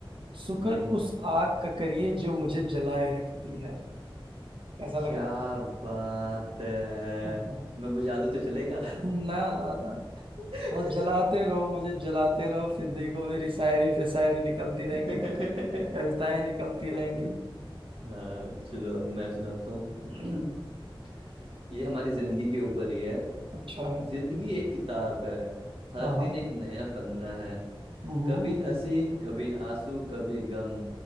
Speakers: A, on the right; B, on the right.
A: शुक्र
B: हम्म,
A: उस आग का करिए जो मुझे जलाए रखती है कैसा लगा
B: क्या बात है
A: <laughs>
B: मैं बुझा दूं तो चलेगा
A: ना ना ना
B: <laughs>
A: बस जलाते रहो मुझे जलाते रहो फिर देखो मेरी शायरी पे शायरी निकलती रहेंगी
B: देखिए
A: कविताएं निकलती रहेंगी
B: हाँ चलो अब मैं सुनाता हूँ <clears throat> ये हमारी जिंदगी के ऊपर ही है
A: अच्छा है।
B: जिंदगी एक किताब है हर
A: हाँ
B: दिन
A: हाँ
B: एक नया पन्ना है
A: हम्म
B: कभी हंसी कभी आंसू कभी गम